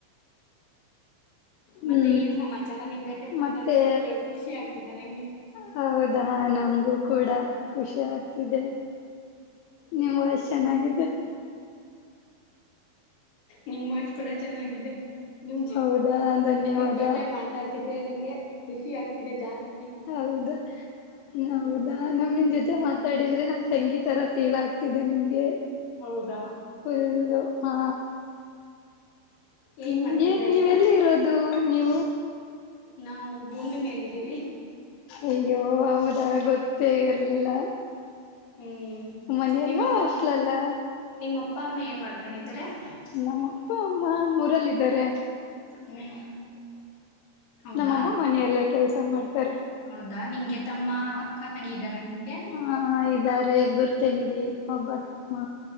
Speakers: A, on the left; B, on the left.
A: ಮತ್ತೆ
B: ಹ್ಮ್
A: ಏನ್ ಸಮಾಚಾರ ನಿಮ್ ಜೊತೆ ಮಾತಾಡತ
B: ಮತ್ತೆ
A: ಖುಷಿ ಆಗ್ತ ಹಿತನ ನಂಗೆ
B: ಹೌದಾ ನಮ್ಗೂ ಕೂಡ ಖುಷಿ ಆಗ್ತಿದೆ ನಿಮ್ ವಾಯ್ಸ್ ಚೆನ್ನಾಗಿದೆೆ
A: ನಿಮ್ಮ ವಾಯ್ಸ್ ಕೂಡ ಚೆನ್ನಾಗಿದೆ ನಿಮ
B: ಹೌದಾ ಧನ್ಯವಾದ
A: ನಿಮ್ ಜೊತೆ ಮಾತಾಡ್ತಿದ್ದೆ ನಂಗೆ ಖುಷಿ ಆಗ್ತಿದೆ ಜಾಸ್
B: ಹೌದಾ ಹೌದಾ ನಾವು ನಿಮ್ ಜೊತೆ ಮತ್ತೆ ಮಾತಾಡಿದ್ರೆ ನಮ್ ತಂಗಿ ಈ ತರ ಫೀಲ್ ಆಗ ಇದು ನನ್ಗೆ
A: ಹೌದಾ
B: ಫುಲ್ಲ ಹ
A: ಏನ್
B: ನ್
A: ಮಾಡ್ತಿದ್ರ
B: <unintelligible> ನೀವೆಲ್ಲಿ
A: ಈಗ
B: ಇರೋದು ನೀವು
A: ನಾವು ಭೂಮಿ ಮೇಲಿದ್ದೀವಿ
B: ಅಯ್ಯೋ ಹೌದಾ ಗೊತ್ತ ಗೊತ್ತೆ ಇರ್ಲಿಲ್ಲ
A: ಹ್ಮ್
B: ಮನೆಯಲ್ಲ
A: ನಿಮ್ಮಪ್ಪಮ್ಮ
B: ಅಷ್ಟಲಲ್ಲ
A: ನಿಮ್ಮಪ್ಪ ಅಮ್ಮ ಏನ್ ಮಾಡ್ಕೊಂಡಿದ <unintelligible>
B: ನಮ್ಮಪ್ಪ ಮಾ ಮೂರಲ್ಲಿದ್ದಾರೆ
A: ಹ್ಮ್ ಹೌದಾ
B: ನಮ್ಮಮ್ಮ ಮನೆಯಲ್ಲೇ ಕೆಲಸ ಮಾಡ್ತಾರೆ
A: ಹೌದಾ ನಿಂಗೆ ತಮ್ಮ ಅಕ್ಕ ತಂಗಿದರ ನಿಮ್ಗೆ
B: ಹಾ ಇದ್ದಾರೆ ಇಬ್ಬರು ತೆಂಗಿ ಒಬ್ಬ ತಮ್ಮ